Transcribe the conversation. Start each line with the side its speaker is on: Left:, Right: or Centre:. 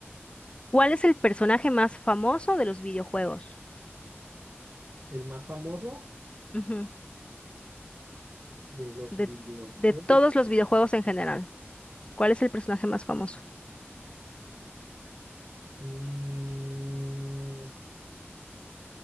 Left: ¿Cuál es el personaje más famoso de los videojuegos?
Right: El más famoso
Left: Ujú.
Right: de los
Left: De,
Right: videojuegos.
Left: de todos los videojuegos en general, ¿cuál es el personaje más famoso?
Right: Mm,